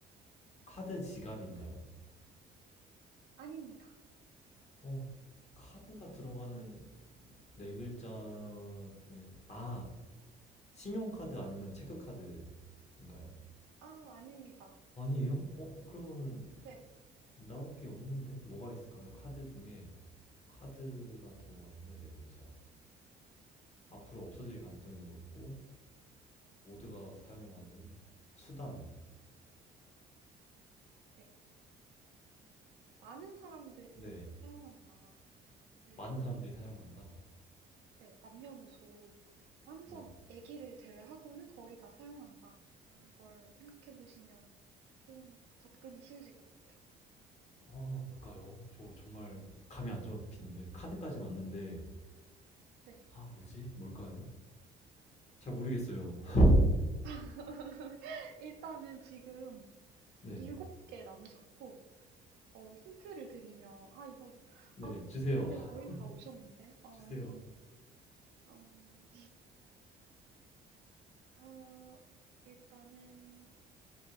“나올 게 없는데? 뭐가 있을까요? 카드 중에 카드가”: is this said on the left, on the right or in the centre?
Left